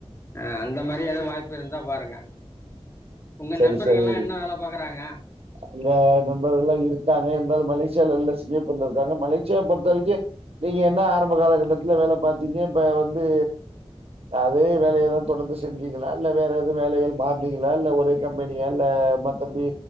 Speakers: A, on the left (about 25°); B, on the right (about 65°).
A: அ அந்த மாரி எதும் வாய்ப்பு இருந்தா பாருங்க உங்க
B: சரி
A: நம்பர்கள்லா
B: சரி
A: என்ன வேல பாக்குறாங்க
B: அங்க நண்பர்கள்ல்லா இருக்காங்க இர்ந்தாலு மலேசியால இல்ல சிங்கப்பூர்ல இருக்காங்க மலேசியா பொறுத்தரைக்கு நீங்க என்னா ஆரம்ப காலகட்டத்துல வேல பாத்தீங்க இப்ப வந்தூ அதே வேலைய தா தொடர்ந்து செஞ்சீங்களா இல்ல வேற எது வேலைகள் மாற்னீங்களா இல்ல ஒரே கம்பெனியா இல்ல மத்தபுடி